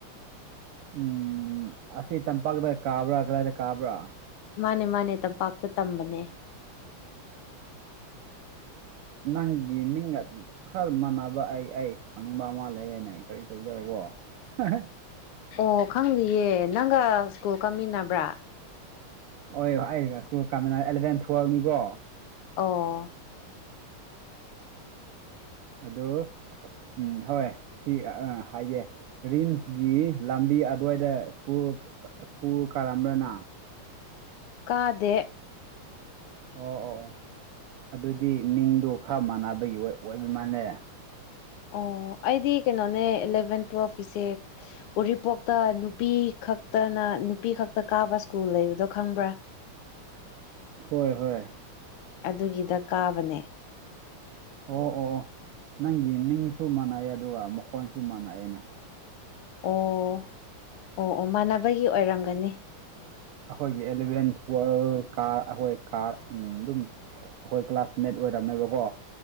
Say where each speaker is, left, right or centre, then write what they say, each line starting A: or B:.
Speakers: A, on the right; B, on the left.
A: ꯎꯝ ꯑꯁꯤ ꯇꯝꯄꯥꯛꯇ ꯀꯥꯕ꯭ꯔꯥ ꯀꯔꯥꯏꯗ ꯀꯥꯕ꯭ꯔꯥ
B: ꯃꯥꯅꯦ ꯃꯥꯅꯦ ꯇꯝꯄꯥꯛꯇ ꯇꯝꯕꯅꯦ
A: ꯅꯪꯒꯤ ꯃꯤꯡꯒ ꯈꯜ ꯃꯥꯟꯅꯕ ꯑꯩ ꯑꯩ ꯈꯪꯕ ꯑꯃ ꯂꯩꯌꯦꯅ ꯀꯔꯤ ꯇꯧꯖꯔꯕꯣ ꯍꯥ ꯍꯥ
B: ꯑꯣ ꯈꯪꯗꯤꯌꯦ ꯅꯪꯒ ꯁ꯭ꯀꯨꯜ ꯀꯥꯃꯤꯟꯅꯕ꯭ꯔꯥ
A: ꯍꯣꯏ ꯑꯩꯒ ꯁ꯭ꯀꯨꯜ ꯀꯥꯃꯤꯅꯩ ꯑꯦꯂꯚꯦꯟ ꯇꯨꯋꯦꯜꯅꯤꯀꯣ
B: ꯑꯣ
A: ꯑꯗꯣ ꯎꯝ ꯍꯣꯏ ꯁꯤ ꯑꯥ ꯍꯥꯏꯒꯦ ꯔꯤꯝꯁꯀꯤ ꯂꯝꯕꯤ ꯑꯗꯨꯋꯥꯏꯗ ꯁ꯭ꯀꯨꯜ ꯁ꯭ꯀꯨꯜ ꯀꯥꯔꯝꯕ꯭ꯔ ꯅꯪ
B: ꯀꯥꯗꯦ
A: ꯑꯣ ꯑꯣ ꯑꯣ ꯑꯗꯨꯗꯤ ꯃꯤꯡꯗꯣ ꯈꯔ ꯃꯥꯟꯅꯕꯒꯤ ꯑꯣꯏꯕ ꯃꯥꯜꯂꯦ
B: ꯑꯣ ꯑꯩꯗꯤ ꯀꯩꯅꯣꯅꯦ ꯑꯦꯂꯚꯦꯟ ꯇꯨꯋꯦꯜꯐ ꯀꯤꯁꯦ ꯎꯔꯤꯄꯣꯛꯇ ꯅꯨꯄꯤ ꯈꯛꯇꯅ ꯅꯨꯄꯤ ꯈꯛꯇ ꯀꯥꯕ ꯁ꯭ꯀꯨꯜ ꯂꯩꯕꯗꯣ ꯈꯪꯕ꯭ꯔꯥ?
A: ꯍꯣꯏ ꯍꯣꯏ
B: ꯑꯗꯨꯒꯤꯗ ꯀꯥꯕꯅꯦ꯫
A: ꯑꯣ ꯑꯣ ꯑꯣ ꯅꯪꯒꯤ ꯃꯤꯡꯁꯨ ꯃꯥꯟꯅꯑꯦ ꯑꯗꯨꯒ ꯃꯈꯣꯟꯁꯨ ꯃꯥꯟꯅꯩꯑꯦꯅꯦ꯫
B: ꯑꯣ ꯑꯣ ꯑꯣ ꯃꯥꯟꯅꯕꯒꯤ ꯑꯣꯏꯔꯝꯒꯅꯤ꯫
A: ꯑꯈꯣꯏꯒꯤ ꯑꯦꯂꯚꯦꯟ ꯇꯨꯋꯦꯜꯐ ꯀꯥꯔ ꯑꯈꯣꯏ ꯀꯥꯔ ꯎꯝ ꯑꯗꯨꯝ ꯑꯈꯣꯏ ꯀ꯭ꯂꯥꯁꯃꯦꯠ ꯑꯣꯏꯔꯝꯃꯦꯕꯀꯣ꯫